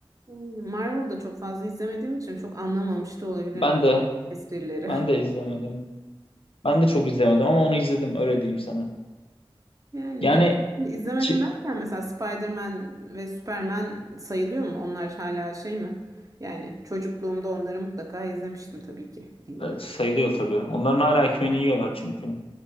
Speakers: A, on the right; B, on the left.
A: Hmm, Marvel'ı da çok fazla izlemediğim için çok anlamamış da olabilirim
B: Ben de
A: esprileri.
B: ben
A: <laughs>
B: de izlemedim. Ben de çok izlemedim ama onu izledim öyle diyeyim sana.
A: Yani
B: Yani
A: gel izlemedim
B: çi-
A: derken mesela Spider-Man ve Superman sayılıyor mu? Onlar hala şey mi? Yani çocukluğumda onları mutlaka izlemiştim tabii ki. İlla.
B: evet, sayılıyor tabii. Onların hala ekmeğini yiyorlar çünkü